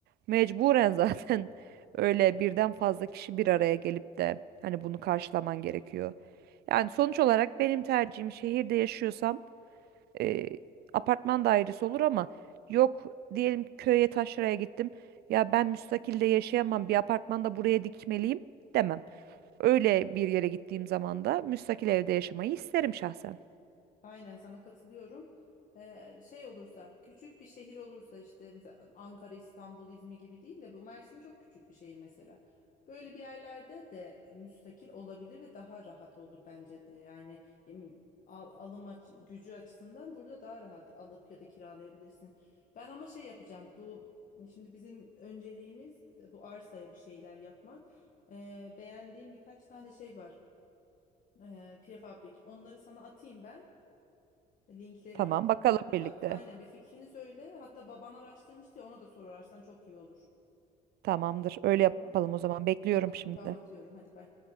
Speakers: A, on the right; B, on the left.
A: mecburen zaten <laughs> öyle birden fazla kişi bir araya gelip de hani bunu karşılaman gerekiyor. Yani sonuç olarak benim tercihim şehirde yaşıyorsam e, apartman dairesi olur ama yok diyelim ki köye taşraya gittim. Ya ben müstakilde yaşayamam bir apartmanda buraya dikmeliyim demem. Öyle bir yere gittiğim zaman da müstakil evde yaşamayı isterim şahsen.
B: Aynen sana katılıyorum. Ee, şey olursa küçük bir şehir olursa işte mesela Ankara, İstanbul, İzmir gibi değil de bu Mersin çok küçük bir şehir mesela. Böyle bir yerlerde de müstakil olabilir ve daha rahat olur bence. Ee, Yani em, al- alım aç- gücü açısından burada daha rahat alıp ya da kiralayabilirsin. Ben ama şey yapacağım bu şimdi bizim önceliğimiz e, bu arsaya bir şeyler yapmak. Ee, beğendiğim birkaç tane şey var. Ee, prefabrik onları sana atayım ben. Linklerini
A: Tamam,
B: atayım.
A: bakalım
B: Sen de
A: birlikte.
B: bak. Aynen bir fikrini söyle. Hatta baban araştırmıştı ya ona da sorarsan çok iyi olur.
A: Tamamdır. Öyle yapalım
B: Tamam.
A: o zaman. Bekliyorum
B: Tamam.
A: şimdi.
B: Tamam atıyorum. Hadi bay.